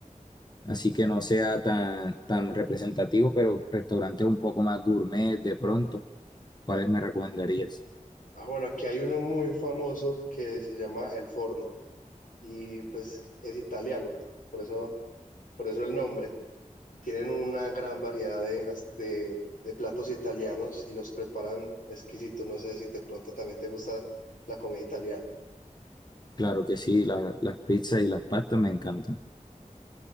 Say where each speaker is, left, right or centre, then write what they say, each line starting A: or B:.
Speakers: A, on the left; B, on the left.
A: así que no sea tan, tan representativo, pero restaurantes un poco más gourmet de pronto? ¿Cuáles me recomendarías?
B: Ah, bueno, aquí hay uno muy famoso que se llama El Forno y pues es italiano, por eso, por eso el nombre. Tienen una gran variedad de, gas- de, de platos italianos y los preparan exquisitos. No sé si de pronto también te gusta la comida italiana.
A: Claro que sí, la- las pizzas y las pastas me encantan.